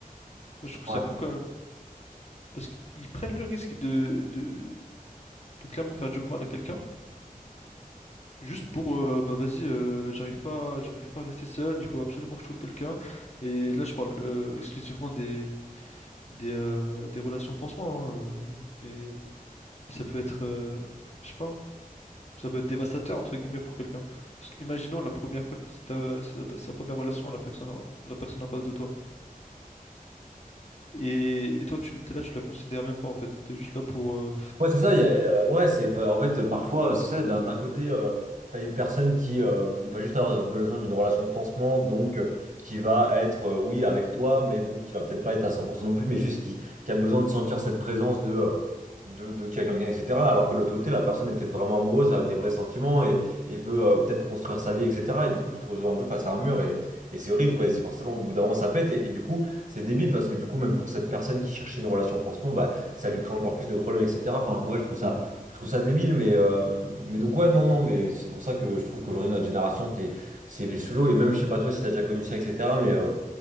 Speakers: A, on the left; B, on the right.
A: Moi, je trouve
B: Ouais.
A: ça fou quand même. Parce qu'ils ils prennent le risque de, de, de clairement faire du mal à quelqu'un. Juste pour, euh, bah vas-y, euh, j'arrive pas, j'arrive pas à rester seul, il faut absolument que je trouve quelqu'un. Et là, je parle euh, exclusivement des, des, euh, des relations pansement, hein, euh, mais, mais ça peut être, euh, je sais pas, ça peut être dévastateur, entre guillemets, pour quelqu'un. Parce que, imaginons la première, per- c'est ta, c'est ta- sa première relation à la personne, en- la personne en face de toi. Et, et toi, tu, t'es là, tu la considères même pas, en fait. T'es juste là pour, euh,
B: Ouais, c'est ça. il y a- euh, ouais, c'est, enfin, en fait, parfois, c'est ça. D'un d'un côté, euh, t'as une personne qui euh, va juste avoir besoin d'une relation de pansement, donc euh, qui va être, euh, oui, avec toi, mais bon, qui va peut-être pas être à 100% non plus, mais juste qui, qui a besoin de sentir cette présence de, euh, de, de qu'il y a quelqu'un, etc. Alors que de l'autre côté, la personne est peut-être vraiment amoureuse, a des vrais sentiments et, et veut euh, peut-être construire sa vie, etc. Et du coup, tu te retrouves un peu face à un mur et, et c'est horrible, quoi. Et c'est forcément, au bout d'un moment, ça pète. Et, et du coup, c'est débile parce que du coup, même pour cette personne qui cherchait une relation de pansement, bah, ça lui crée encore plus de problèmes, etc. Enfin, ouais, je trouve ça, je trouve ça débile, mais, euh, mais donc, ouais, non, non, mais c'est pour ça que je trouve qu'aujourd'hui, notre génération, t'es, c'est solo, et même, je sais pas toi si t'as déjà connu ça, etc., mais. euh,